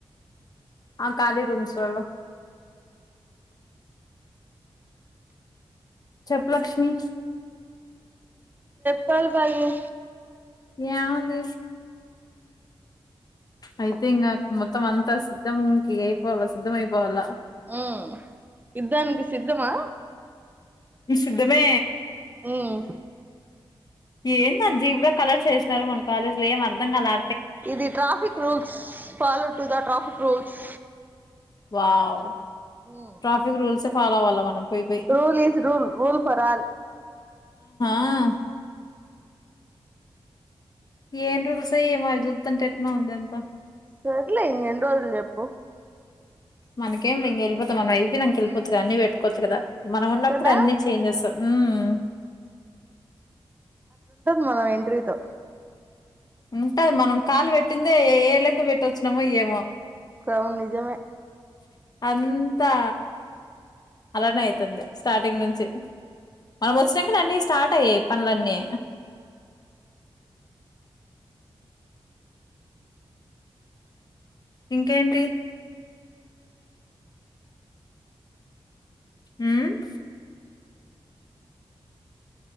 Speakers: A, on the left (about 45°); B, on the right (about 20°).
A: ఆహ్ ఖాళీ రూమ్స్ లలో. చెప్పు లక్ష్మి.
B: పల్వయే.
A: ఏం ఉంది. అయిపోయిందా మొత్తం అంతా సిద్ధం. అయిపోవాలా సిద్ధమయిపోవాలా.
B: ఉమ్ యుద్ధానికి సిద్ధమా.
A: నేను సిద్ధమే.
B: ఆహ్.
A: ఏంది అది జీబ్రా కలర్ వేసినారు మన కాలేజీ లో ఏం అర్థం కాలే.
B: ఇది traffic rules follow to that. Traffic rules.
A: Wow.
B: Um
A: traffic rules. Follow అవ్వాలా మనం. పోయి పోయి
B: rule is rule. Rule for all.
A: ఆహ్ ఏమ్ రూమ్స్ ఏమో అది చూస్తూ ఉంటే ఏట్నో ఉంది అది అంత.
B: సర్లే ఇంకేన్ని రోజులు చేప్పు.
A: మనకేంలే ఇంగవెళ్ళిపో అది అయిపోయినంక వెళ్లిపోవచ్చు
B: ఉమ్
A: కానీ అన్ని పెట్టుకోవద్దు. కదా. మనం ఉన్నప్పుడే
B: కదా
A: అన్ని చేంజెస్ ఉమ్.
B: మన ఎంట్రీతో.
A: ఉంటది మనం కాలు పెట్టిందే ఏ లేగ్గు పెట్టొచ్చినమో ఏమో.
B: అవును నిజమే
A: ఉమ్ అంతా అలానే అయితుంది స్టార్టింగ్ నుంచి మనం వచ్చినాంకనే అన్ని స్టార్ట్ అయయి పనులన్నీ. ఇంకేంటి. హ్మ్మ్